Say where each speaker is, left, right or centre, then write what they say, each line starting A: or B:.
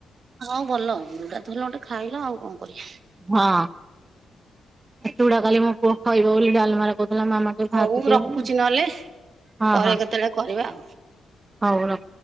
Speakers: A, on the right (about 55°); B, on the right (about 30°).
A: ଆଉ ଭଲ ଯୋଉଟାତ ହେଲେ ଗୋଟେ ଖାଇଲ ଆଉ କଣ। କରିବା।
B: ହଁ ଏତଗୁଡା କାଲି ମୋ ପୁଅ ଖାଇବ ବୋଲି ଡାଲମାଟା କରି କହିଲା ମାମା ଟିକେ ଭାଜି
A: ହଉ
B: ଦିଅ
A: ରଖୁଛି
B: ବୋଲି
A: ନହେଲେ
B: ହଁ
A: ପରେ
B: ହଁ।
A: କେତେବେଳେ କରିବା ଆଉ।
B: ହୋଉ ର